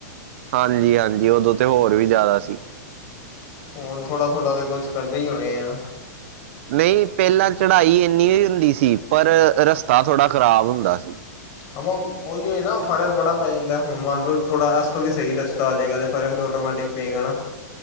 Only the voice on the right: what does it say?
ਹਾਂਜੀ-ਹਾਂਜੀ ਓਦੋਂ ਤੇ ਹੋਰ ਵੀ ਜ਼ਾਦਾ ਸੀ।
ਨਈ ਪੈਲਾਂ ਚੜਾਈ ਇੰਨੀ ਨੀ ਹੁੰਦੀ ਸੀ ਪਰ ਰਸਤਾ ਥੋੜ੍ਹਾ ਖ਼ਰਾਬ ਹੁੰਦਾ ਸੀ।